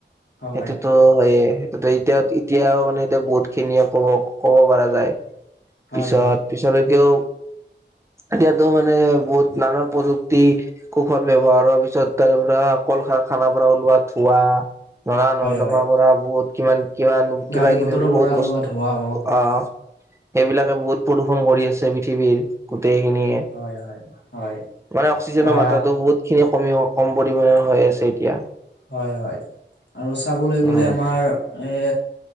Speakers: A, on the left; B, on the right.
A: হয়,
B: <unintelligible> সেইটোতো হয়য়ে সেইটো এতিয়া এতিয়াও মানে এতিয়া বহুত খিনিয়ে ক'ব কব পৰা যায়
A: হয়,
B: পিছত
A: হয়, হয়,
B: পিছলৈকেও এতিয়াতো মানে বহুত নানান প্ৰযুক্তি কৌশল ব্যৱহাৰ হোৱাৰ পিছত তাৰে পৰা অকল খানা খানাপাৰা ওলোৱাত । খোৱা নৰা ন নৰ্দমা
A: হয়।
B: পৰা বহুত কিমান কিমান কিবা
A: গাড়ী
B: কিবি
A: মটৰৰ
B: বহুত
A: পৰা ওলোৱা
B: বস্তু
A: ধোৱা হওক
B: অ সেইবিলাকে বহুত প্ৰদূষন কৰি আছে পৃথিৱীত। গোটেই খিনিয়ে
A: হয়, হয়, হয়
B: মানে অক্সিজেনৰ
A: বা
B: মাত্ৰাটো বহুত খিনি। কমি কম পৰিমাণৰ হৈ আছে এতিয়া
A: হয় হয় আৰু চাবলৈ গ'লে
B: উম।
A: আমাৰ এ